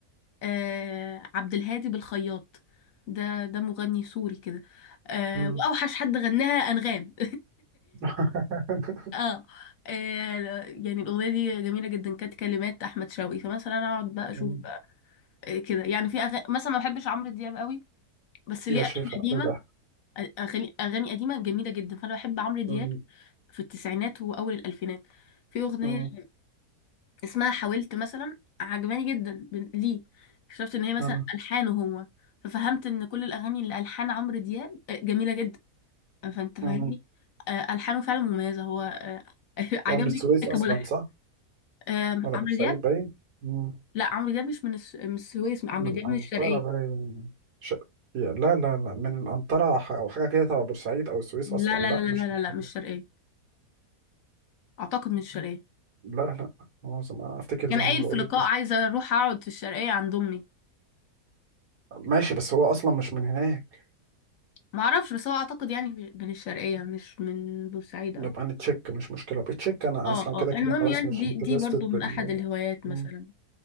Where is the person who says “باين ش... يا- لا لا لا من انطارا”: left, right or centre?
Right